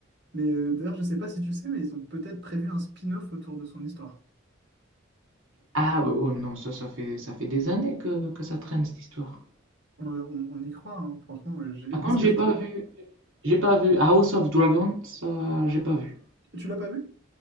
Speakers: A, on the right (about 55°); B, on the right (about 85°).
A: Mais euh, d'ailleurs, je sais pas si tu sais, mais ils ont peut-être prévu un spin-off autour de son histoire.
B: Ah bah ouais, non, ça, ça fait, ça fait des années que, que ça traîne cette histoire.
A: Euh, on, on y croit, hein. Franchement, euh, j'ai-
B: Par contre,
A: <laughs> j'espère
B: j'ai pas
A: toujours.
B: vu, j'ai pas vu House of Dragon, ça, j'ai pas vu.
A: Tu l'as pas vu?